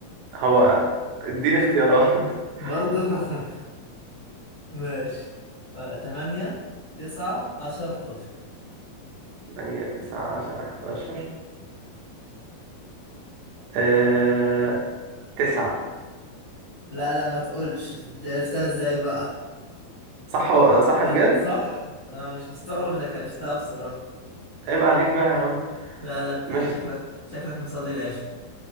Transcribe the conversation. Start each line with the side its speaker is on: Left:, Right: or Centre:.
Right: هو اديني اختيارات <laughs>
Left: برضه <laughs> ماشي آه، تمانية تسعة عشرة حداشر
Right: 8 9 10 11 آه... 9
Left: لا لا ما تقولش دي عرفتها ازاي بقى
Right: صح و- صح
Left: يا-
Right: بجد؟
Left: صح انا مش مستغرب انك عرفتها بصراحة
Right: عيب عليك بقى يا عم
Left: لا لا انت
Right: ماشي
Left: شكلك شكلك مصلي العشاء